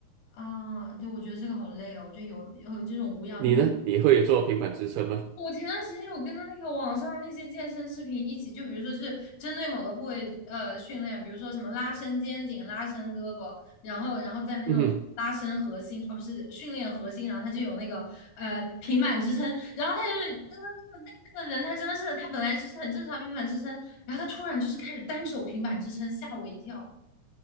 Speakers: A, on the left; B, on the right.
A: 啊，就我觉得这个好累哦。我觉得有有这种无氧运动。
B: 你呢？你会做平板支撑吗？
A: 我前段时间有跟着那个网上那些健身视频一起，就比如说是针对某个部位呃训练，比如说什么拉伸肩颈、拉伸胳膊，然后然后再那种拉伸核心，
B: 嗯哼，
A: 啊不是训练核心，然后他就有那个呃平板支撑，然后他就是真的那个那个人他真的是他本来是很正常平板支撑，然后他突然就是开始单手平板支撑，吓我一跳。